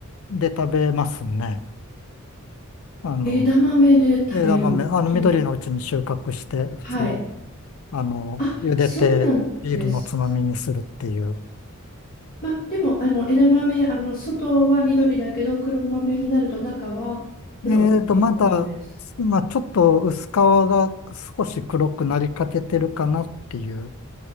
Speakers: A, on the left (about 65°); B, on the left (about 45°).
A: で食べますね。あの、
B: 枝豆で食べるという。
A: 枝豆、あの、緑のうちに収穫して、普通に、
B: はい。
A: あの、
B: あ、
A: 茹でて、
B: そうなんです。
A: ビールのつまみにするっていう。
B: まあ、でも、あの、枝豆、あの、外は緑だけど、黒豆になると中は黒いっていうことです。
A: えーと、まだ、まあ、ちょっと薄皮が少し黒くなりかけてるかなっていう、